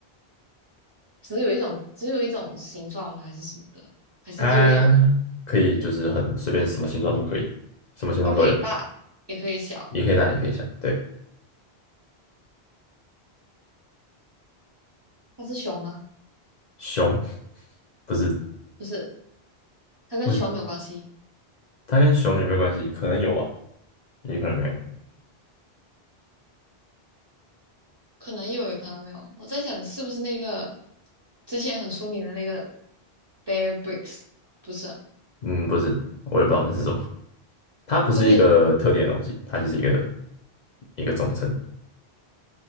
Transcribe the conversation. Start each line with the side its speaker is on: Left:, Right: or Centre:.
Right: 只有一种，只有一种形状吗？还是什么的？还是只有一种？
Left: 它可以就是很随便，什么形状都可以，什么形状都有，
Right: 它可以大，也可以小。
Left: 也可以大也可以小。对，
Right: 它是熊吗？
Left: 熊不是
Right: 不是，它跟熊没有关系，
Left: 不是，它跟熊有没有关系？可能有吧，也可能没有。
Right: 可能有，也可能没有。我在想是不是那个之前很出名的那个 Bear Bricks，不是，
Left: 嗯，不是，我也不知道那是什么。它不是一个特定的东西，
Right: 就是
Left: 它就是一个一个总称。